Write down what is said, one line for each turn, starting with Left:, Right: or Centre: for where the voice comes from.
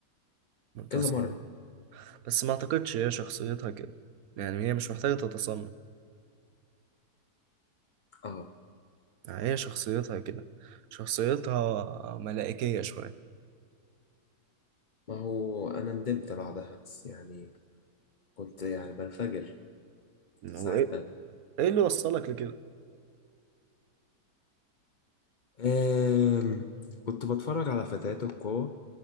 Right: متصنع
Left: كذا مرة
Right: بس ما اعتقدش هي شخصيتها كده يعني هي مش محتاجة تتصنع
Left: اه
Right: يعني هي شخصيتها كده شخصيتها ملائكية شوية
Left: ما هو أنا ندمت بعدها بس يعني كنت يعني بنفجر
Right: وايه
Left: ساعات
Right: ايه إيه اللي وصلك لكده
Left: آم، كنت بتفرج على فتيات القوة